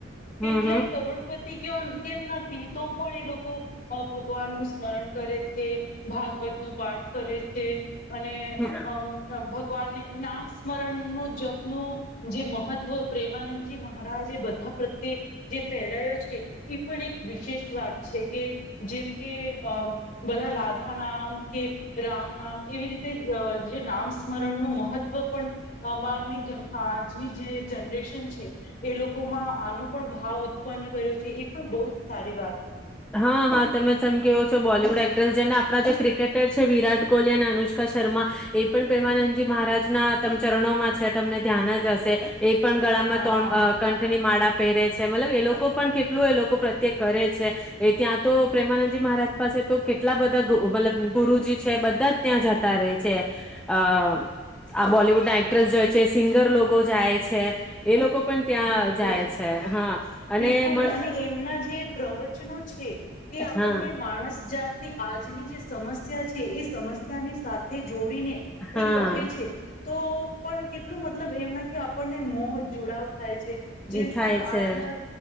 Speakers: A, in the centre; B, on the left.
A: હમ
B: કેટલાય કરોડપતિ ક્યોન કેમ નથી તો પણ એ લોકો કો ભગવાનનું સ્મરણ કરે છે ભાગવત નું પાઠ કરે છે અને
A: હમ
B: અમ ભગવાનને નામ સ્મરણ નું જપનું જે મહત્ પ્રેમાનંદ જી મહારાજ એ બધા પ્રત્યે જે ફેલાયો છે એ પણ એક વિશેષ વાત છે કે જેમ કે અમ બધા રાધા નામ કે રામ નામ એવી રીતે જે નામ સ્મરણનું મહત્વ પણ અમારની આજની જે જનરેશન છે એ લોકોમાં આનો પણ ભાવ ઉત્પન્ન કર્યો છે. એ પણ બઉ સારી વાત છે.
A: હા હા તમે સમ કેવો છો બોલીવુડ એક્ટ્રેસ જેને આપણા જે ક્રિકેટર છે વિરાટ કોહલી અને અનુષ્કા શર્મા એ પણ પ્રેમાનંદજી મહારાજના ચરણોમાં છે તમને ધ્યાન જ હશે એ પણ ગળામાં
B: હા
A: ત્રણ
B: હા
A: બ કંઠની માળા પહેરે છે મતલબ એ લોકો પણ કેટલું એ લોકો પ્રત્યક્ષ કરે છે એ ત્યાં તો પ્રેમાનંદજી મહારાજ પાસે તો કેટલા બધા મતલબ ગુરુજી છે બધા જ ત્યાં જતા રહે છે અ આ બોલીવુડ એક્ટ્રેસ જાય છે સિંગર લોકો જાય છે એ લોકો પણ ત્યાં
B: બિલકુલ
A: જાય છે હા અને
B: બિલકુલ
A: મને
B: અને એમના જે પ્રવચનો છે એ આપણને
A: હા
B: માણસ જાત ની આજની જે સમસ્યા સમ્યા છે એ સમસ્યાની સાથે જોડીને
A: હા
B: એ કહે છે તો પણ કેટલું મતલબ એમનાથી આપણને મોહ જોડાવ થાય છે. જેમ
A: થાય
B: કે જો
A: છે
B: આજના